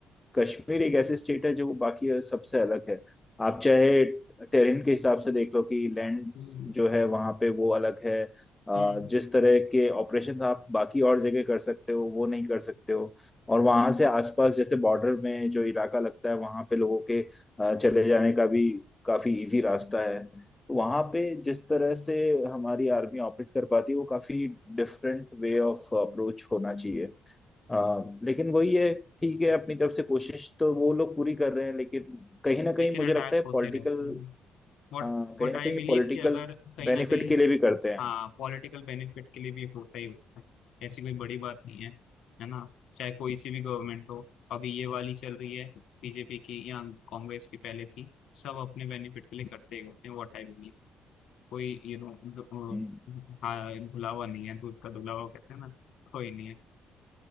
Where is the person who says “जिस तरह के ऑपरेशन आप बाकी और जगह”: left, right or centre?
Left